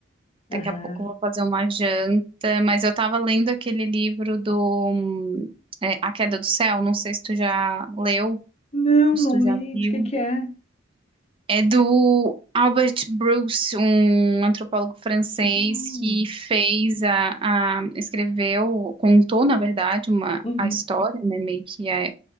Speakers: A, on the left; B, on the right.
A: Aham.
B: Daqui a pouco eu vou fazer uma janta, mas eu tava lendo aquele livro do hum, é, A Queda do Céu. Não sei se tu já leu,
A: Não,
B: se
A: não
B: tu já
A: li.
B: viu.
A: De quem que é?
B: É do Albert Bruce, um antropólogo francês
A: Hum,
B: que fez a, a- escreveu, contou, na verdade, uma
A: uhum.
B: a história, né, meio que a